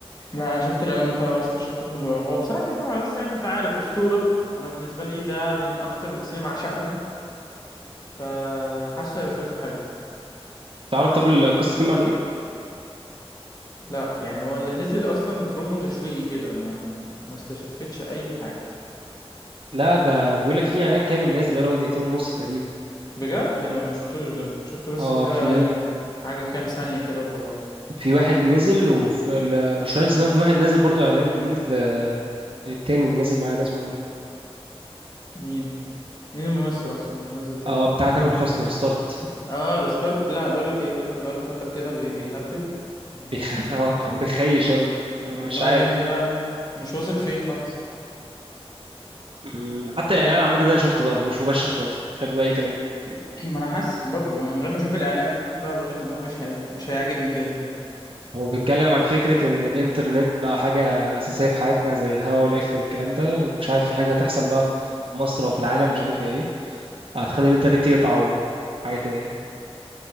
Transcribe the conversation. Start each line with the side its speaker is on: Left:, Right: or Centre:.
Left: لا انا شفت الاعلان بتاعه لسه شكله حلو قوي هو بصراحة كريم عبد العزيز يعني انت عارف أسطورة انا بالنسبة لي ده من اكتر الممثلين اللي بعشقهم فحاسه هيبقى فيلم حلو
Right: تعرف طب القصه فيلم عن ايه
Left: لا يعني هو اللي نزل اصلا برومو تشويقي كده ما ما ما استشفتش اي حاجة
Right: لا ده بيقول لك في اعلان كامل نازل بقاله دقيقتين ونص تقريبا
Left: بجد ما شفتوش ده شفت بس
Right: اه
Left: كده
Right: في
Left: يعني حاجة كام ثانية كده وخلاص
Right: في واحد نزل وفي المشروع اكس ده وفي واحد نازل برضو اعلان جديد ل- التاني اللي نازل معايا ده اسمه ايه
Left: مين مين الممثل اصلا نزل تاني
Right: اه بتاع تامر حسني ريستارت
Left: اه ريستارت لا بقول لك ايه تامر بقاله فتره كده بي- بيهبل انا
Right: بيخ...
Left: مش
Right: <laughs> اه كان بيخيش اوي
Left: والله
Right: مش عارف
Left: يا ابني لا لا مش واثق فيه خالص
Right: مم، حتى الاعلان عامه ده انا شفته بقى هو مش مباشر خالص يعني. شكله اي كلام
Left: <clears throat> ما انا حاسس برضو انا من غير ما اشوف الاعلام بقى بقول لك ان هو مش هي... مش هيعجبني كده كده
Right: هو بيتكلم عن فكرة إن الإنترنت بقى حاجة أساسية في حياتنا زي الهواء والأكل والكلام ده ومش عارف في حاجة هتحصل بقى في مصر أو في العالم مش عارف إيه هتخلي الإنترنت يقطع وحاجة كده يعني